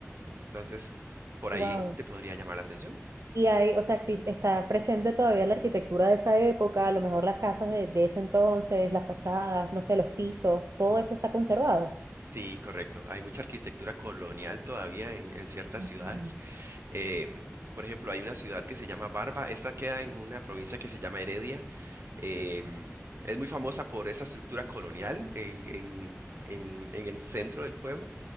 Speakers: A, on the right; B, on the right.
A: Entonces, por
B: wow.
A: ahí te podría llamar la atención.
B: Y ahí, o sea, exi- está presente todavía la arquitectura de esa época, a lo mejor las casas de, de ese entonces, las fachadas, no sé, los pisos, todo eso está conservado.
A: Sí, correcto. Hay mucha arquitectura colonial todavía en, en ciertas
B: Ujú.
A: ciudades. Eh, por ejemplo, hay una ciudad que se llama Barba. Esta queda en una provincia que se llama Heredia. Em, es muy famosa por esa estructura colonial en, en- en- en el centro del pueblo,